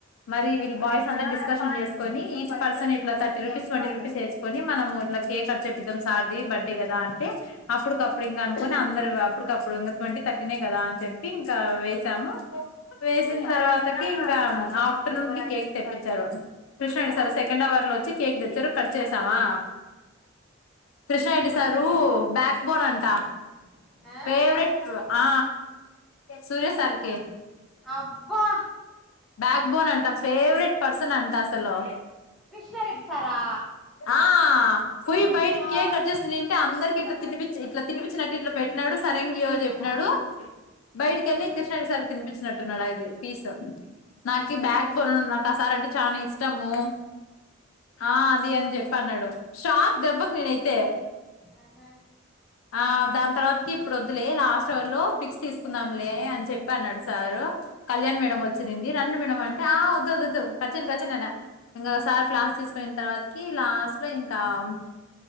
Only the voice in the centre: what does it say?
ఆ ఆ
ఆ ఆ
అబ్బా
కృష్ణారెడ్డి సారా
అమ్మో
ఆ
ఆ
ఆహా
ఆ